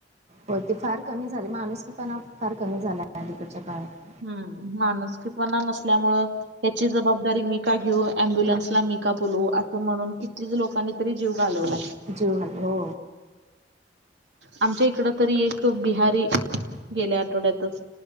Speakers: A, on the right (about 40°); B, on the right (about 80°).
A: हो ते फार कमी झाले माणूसी पण फार कमी झाला अलीकडच्या काळात
B: हम्म मानस किपणा नसल्यामुळं. ह्याची जबाबदारी मी का घेऊ अम्ब्युलन्सला मी का बोलवू असं म्हणून कितीच लोकांनी री जीव घालवला.
A: ज हॅलो.
B: आमच्या इकड तरी एक बिहारी गेल्या आठवड्यातच.